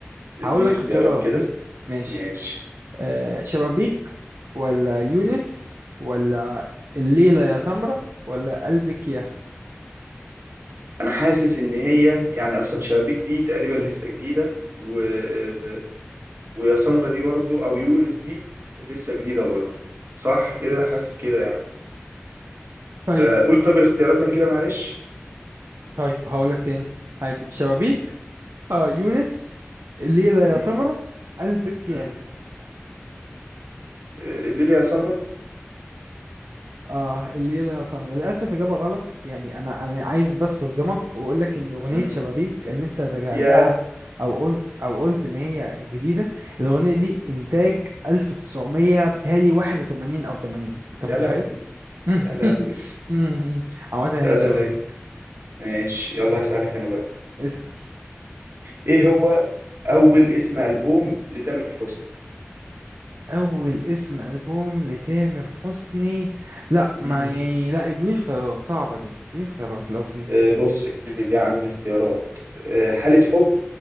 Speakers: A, on the right; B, on the right.
A: اديني
B: هقول لك
A: اختيارات
B: اختيارات
A: كده
B: ماشي
A: ماشي
B: أه شبابيك ولا يونس ولا الليلة يا سمرة ولا قلبك يا
A: انا حاسس ان هي يعني اصلا شبابيك دي تقريبا لسه جديده و... آه، ويا سمرة دي برضو او يونس دي لسه جديده برضو صح كده حاسس كده يعني
B: طيب
A: فقول طب الاختيارات تاني كده معلش
B: طيب هقول لك تاني عادي شبابيك آه يونس الليلة يا
A: امم
B: سمرة قلبك
A: امم
B: يا
A: اللي لي يا سمرة
B: اه الليلة يا سمر للأسف إجابة غلط يعني أنا أنا عايز بس أصدمك وأقول لك إن أغنية
A: امم
B: شبابيك اللي أنت تجاهلتها
A: يا
B: أو قلت أو قلت إن هي جديدة الأغنية دي إنتاج 1900 بتهيألي 81 أو 80 أنت
A: يا
B: متخيل؟
A: لهوي
B: <laughs>
A: يا لهوي
B: عامة
A: لا
B: هي
A: ده
B: شبابيك
A: انا ماشي يلا هسألك انا بقى
B: اسأل
A: ايه هو اول اسم البوم لتامر حسني
B: أول اسم ألبوم لتامر حسني لا ما
A: امم
B: يعني لا اديني اختيارات صعبة دي اديني اختيارات لو في
A: آه، بص يا عم اختيارات آه، حالة حب